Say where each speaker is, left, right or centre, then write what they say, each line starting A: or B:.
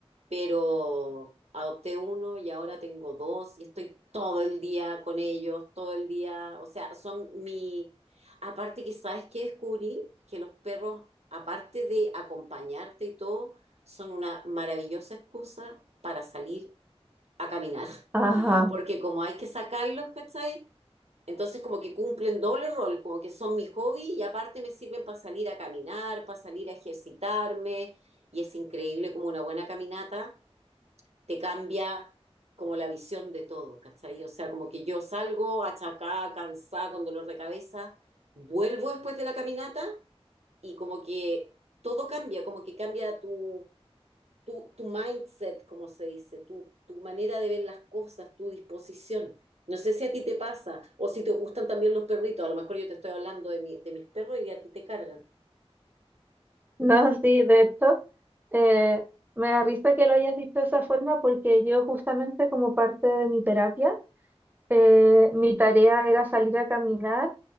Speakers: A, on the right; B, on the right.
A: pero adopté uno y ahora tengo dos y estoy todo el día con ellos, todo el día. O sea, son mi... Aparte que sabes que descubrí que los perros, aparte de acompañarte y todo, son una maravillosa excusa para salir a caminar.
B: Ajá.
A: <laughs> Porque como hay que sacarlos, ¿cachai? Entonces como que cumplen doble rol, como que son mi hobby y aparte me sirven para salir a caminar, para salir a ejercitarme y es increíble como una buena caminata te cambia como la visión de todo, ¿cachai? O sea, como que yo salgo achacada, cansada, con dolor de cabeza, vuelvo después de la caminata y como que todo cambia, como que cambia tu, tu, tu mindset, como se dice, tu, tu manera de ver las cosas, tu disposición. No sé si a ti te pasa o si te gustan también los perritos. A lo mejor yo te estoy hablando de, mi- de mis perros y a ti te cargan.
B: No, sí, de hecho, eh, me da risa que lo hayas dicho de esa forma porque yo justamente como parte de mi terapia, eh, mi tarea era salir a caminar